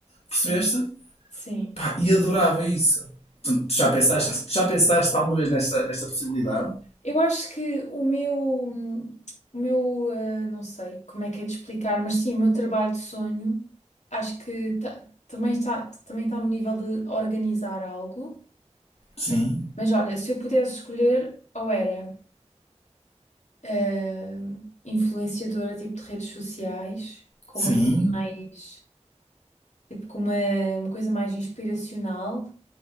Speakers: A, on the left (about 80°); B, on the left (about 60°).
A: sim,
B: Percebeste?
A: sim.
B: Pá, e adorava isso. Tu, tu já pensaste, tu já pensaste alguma vez nesta, nesta possibilidade?
A: Eu acho que o meu, hum, o meu, ah, não sei como é que é de explicar, mas sim, o meu trabalho de sonho, acho que ta- também está, também está no nível de organizar algo.
B: Sim,
A: Mas olha, se eu pudesse escolher, ou era, ah, influenciadora tipo de redes sociais, com
B: sim,
A: uma coisa mais, tipo com uma, uma coisa mais inspiracional,